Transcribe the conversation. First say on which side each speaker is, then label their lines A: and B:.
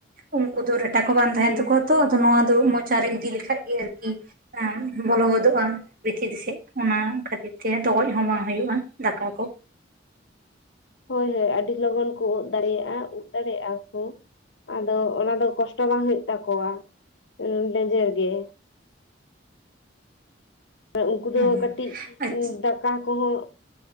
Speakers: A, on the right; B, on the left.
A: ᱩᱱᱠᱩ ᱫᱚ ᱨᱟᱴᱟ ᱠᱚ ᱵᱟᱝ ᱛᱟᱦᱮᱱ
B: ᱦᱩᱸ
A: ᱛᱟᱠᱚᱣᱟ ᱛᱚ ᱟᱫᱚ ᱱᱚᱣᱟ ᱫᱚ ᱢᱚᱪᱟ ᱨᱮ ᱤᱫᱤ ᱞᱮᱠᱷᱟᱡ ᱜᱮ ᱟᱨᱠᱤ ᱦᱮᱸ ᱵᱚᱞᱚ ᱜᱚᱫᱚᱜᱼᱟ ᱵᱷᱤᱛᱤᱨ ᱥᱮᱫ ᱚᱱᱟ ᱠᱷᱟᱹᱛᱤᱨ ᱛᱮ ᱰᱚᱜᱚᱡ ᱦᱚᱸ ᱵᱟᱝ ᱦᱩᱭᱩᱜᱼᱟ ᱫᱟᱠᱟ ᱠᱚ
B: ᱦᱳᱭ ᱦᱳᱭ ᱟᱹᱰᱤ ᱞᱚᱜᱚᱱ ᱠᱚ ᱩᱫ ᱫᱟᱲᱮᱭᱟᱜᱼᱟ ᱩᱫ ᱫᱟᱲᱮᱭᱟᱜᱼᱟ ᱠᱚ ᱟᱫᱚ ᱚᱱᱟ ᱫᱚ ᱠᱚᱥᱴᱚ ᱵᱟᱝ ᱦᱩᱭᱩᱜ ᱛᱟᱠᱚᱣᱟ ᱞᱮᱡᱮᱨ ᱜᱮ ᱟᱨ ᱩᱱᱠᱩ ᱫᱚ
A: ᱦᱮᱸ
B: ᱠᱟᱹᱴᱤᱡ
A: ᱟᱪᱪᱷᱟ
B: ᱫᱟᱠᱟ ᱠᱚᱦᱚᱸ